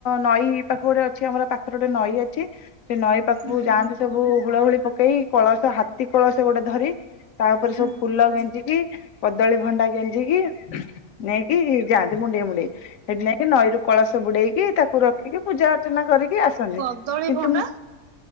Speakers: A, on the left; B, on the right.
A: ନଈ ପାଖ ଗୋଟେ ଅଛି ଆମର ପାଖ ପାଖରେ ଗୋଟେ ନଈ ଅଛି। ସେ ନଈ ପାଖକୁ
B: ହୁଁ
A: ଯାଆନ୍ତି
B: ହୁଁ
A: ସବୁ ହୁଳ ହୁଳି ପକେଇ କଳସ ହାତୀ କଳସ ଗୋଟେ ଧରି ତା ଉପରେ
B: ହୁଁ
A: ସବୁ ଫୁଲ ଗେଜି ଗେଞ୍ଜି କଦଳୀ ଭଣ୍ଡା ଗେଞ୍ଜିକି ନେଇକି ଯାଆନ୍ତି ମୁଣ୍ଡେଇ ମୁଣ୍ଡେଇ। ସେଠି ନାଇକି ନଈରୁ କଳସ ବୁଡେଇକି ତାକୁ ରଖିକି ପୂଜା ଅର୍ଚ୍ଚନା କରିକି ଆସ ନ୍ତି
B: କଦଳୀ
A: କିନ୍ତୁ
B: ଭଣ୍ଡା
A: ମୁଁ